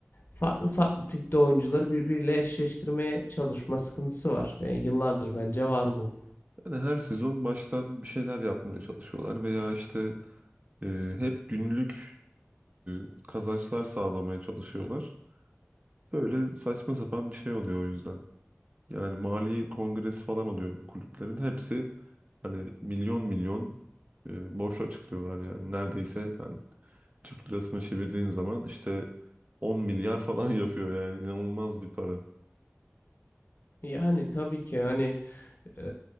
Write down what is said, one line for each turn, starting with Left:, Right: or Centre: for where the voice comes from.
Left: farklı farklı tipte oyuncuları birbiriyle eşleştirmeye çalışma sıkıntısı var. E, yıllardır bence var bu.
Right: Yani her sezon baştan bir şeyler yapmaya çalışıyorlar veya işte e, hep günlük e, kazançlar sağlamaya çalışıyorlar. Böyle saçma sapan bir şey oluyor o yüzden. Yani mali kongresi falan oluyor kulüplerin. Hepsi hani milyon milyon e, borç açıklıyorlar yani. Neredeyse yani Türk lirasını çevirdiğin zaman işte 10 milyar falan <laughs> yapıyor yani. inanılmaz bir para.
Left: Yani tabii ki hani e,